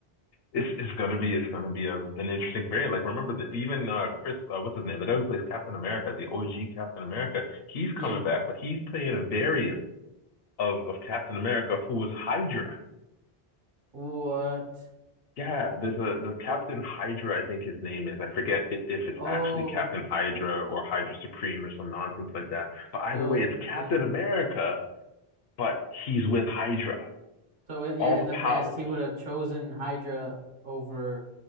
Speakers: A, on the left; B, on the right.
A: it's it's going to be it's going to be a, an interesting variant. Like remember that even uh, Chris, uh, what's his name, the guy who plays Captain America, the OG Captain America, he's
B: Yeah.
A: coming back, but he's playing a variant of of Captain America who was Hydra.
B: What?
A: Yeah, there's a the Captain Hydra, I think his name is. I forget i- if it's
B: Oh,
A: actually Captain Hydra or Hydra Supreme or some nonsense like that. But either
B: so
A: way, it's
B: yeah.
A: Captain America, but he's with Hydra.
B: So uh, yeah,
A: All
B: in
A: the
B: the past
A: powers,
B: he would have chosen Hydra over